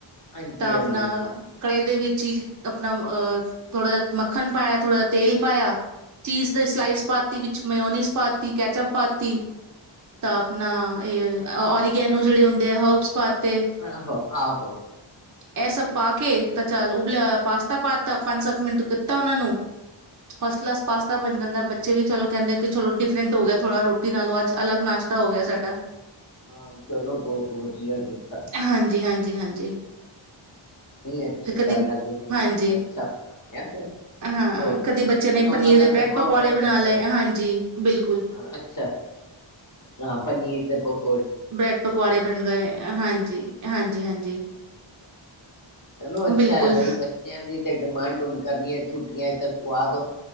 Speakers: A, on the left (about 40°); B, on the right (about 40°).
A: ਹਾਂਜੀ
B: ਤਾਂ ਆਪਣਾ
A: ਹਾਂਜੀ
B: ਕੜੇ ਦੇ ਵੀ ਚੀਜ਼ ਆਪਣਾ ਅਹ ਥੋੜਾ ਜਿਹਾ ਮੱਖਣ ਪਾਇਆ ਥੋੜਾ ਜ ਤੇਲ ਪਾਇਆ। ਚੀਜ਼ ਸਲਾਈਸਪਾਤੀ
A: ਹਾਂਜੀ
B: ਵਿੱਚ ਮਓਨੀਸ ਪਾਤੀ, ਕੈਚਪ ਪਾਤੀ ਤਾਂ ਆਪਣਾ ਇਹ ਓਰੀਗੈਨੋ ਜਿਹੜੇ ਹੁੰਦੇ ਆ ਹਰਬਸ ਪਾਤੇ
A: ਆਹੋ ਆਹੋ
B: ਇਹ ਸਭ
A: ਹਮ
B: ਪਾ ਕੇ ਚੱਲ ਉਬਲਿਆਇਆ ਪਾਸਤਾ ਪਾਤਾ ਪੰਜ ਸੱਤ ਮਿੰਟ ਕੀਤਾ ਉਹਨਾਂ ਨੂੰ ਫਸਟ ਕਲਾਸ ਪਾਸਤਾ ਬਣ ਜਾਂਦਾ ਬੱਚੇ ਵੀ ਚਲੋ ਕਹਿੰਦੇ ਚਲੋ ਡਿਫਰੈਂਟ ਹੋ ਗਿਆ ਥੋੜ੍ਹਾ ਰੋਟੀ ਨਾਲੋਂ ਅੱਜ ਅਲੱਗ ਨਾਸ਼ਤਾ ਹੋ ਗਿਆ ਸਾਡਾ।
A: ਹਾਂ ਚਲੋ ਬਹੁਤ ਵਧੀਆ ਕੀਤਾ‌।
B: ਹਾਂਜੀ ਹਾਂਜੀ -ਹਾਂਜੀ।
A: ਨਹੀਂ ਅੱਛੀ
B: ਤੇ ਕਦੀ
A: ਗੱਲ ਹੈ ਤੁਸੀਂ
B: ਹਾਂਜੀ
A: ਇੱਕ ਅੱਛਾ ਬਣਾ ਲਿਆ ਫਿਰ
B: ਹਾਂ
A: ਹੋਰ
B: ਕਦੀ
A: ਕੀ
B: ਬੱਚੇ ਨੇ
A: ਨਵਾਂ
B: ਪਨੀਰ
A: ਦਾ
B: ਦੇ
A: ਨਵਾਂ
B: ਬ੍ਰੈਡ ਪਕੌੜੇ
A: ਹੋ ਗਿਆ
B: ਬਣਾ
A: ਬੱਚਾ
B: ਲਏ ਹਾਂਜੀ ਬਿਲਕੁਲ
A: ਹਾਂ ਅੱਛਾ ਹਾਂ ਪਨੀਰ ਜਹੁ
B: ਬ੍ਰੈਡ ਪਕੌੜੇ ਬਣ ਗਏ ਹਾਂਜੀ,
A: ਹਾਂ
B: ਹਾਂਜੀ, ਹਾਂਜੀ।
A: ਅੱਛਾ ਅੱਛਾ ਅੱਛਾ ਚਲੋ ਅੱਛਾ
B: ਬਿਲਕੁਲ
A: ਹੈ ਬਾਈ ਬੱਚਿਆਂ ਦੀ ਤੇ ਡਿਮਾਂਡ ਹੁਣ ਕਰਨੀ ਹੈ ਛੁੱਟੀਆਂ। ਕਹ ਤੋਂ